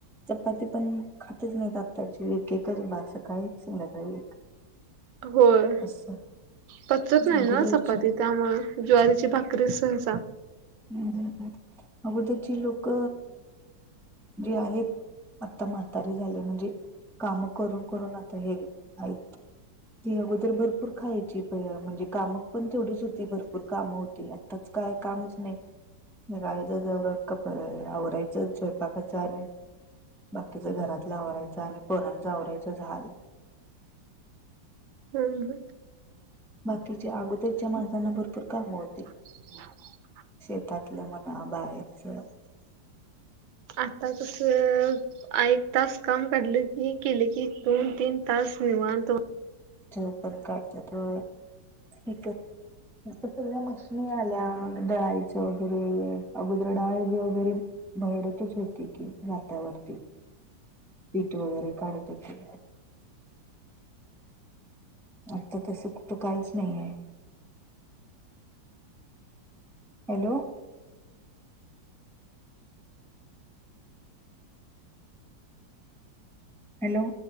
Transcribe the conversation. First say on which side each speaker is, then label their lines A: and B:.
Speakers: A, in the centre; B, on the right.
A: चपाती पण खातच नाही आताची एक एकच बास सकाळीच संध्याकाळी एक
B: होय.
A: असं
B: पचत नाही
A: अगोदरची
B: ना चपाती त्यामुळे ज्वारीची भाकरी सहसा.
A: ह् अगोदरची लोक जे आहेत आता म्हातारी झाले म्हणजे काम करून करून आता हे आहेत. ती अगोदर भरपूर खायची प म्हणजे काम पण तेवढीच होती भरपूर काम तिला आत्ताच काय कामच नाही रायचं जवढं कप आवरायचं स्वयंपाकाच आणि बाकीच्या घरात नवऱ्याच आणि पोरंच आवरायचं झालं.
B: हम् ह.
A: बाकीच्या अगोदरच्या माणसांना भरपूर काम होती.
B: <unintelligible>
A: शेतातलं म्हणा बाहेरच
B: आता कसं एक तास काम काढलं की केले की दोन तीन तास निवांत
A: जो पण काढत तो एकच ता सगळ्या मशनी आल्या डळाळीच्या वगैरे अगोदर डाळ वगैरे भरडतच होते की नाात्यावरती पीठ वगैरे काढत होते. आता तसं कुठं कायच नाहीय. हॅलो. हॅलो.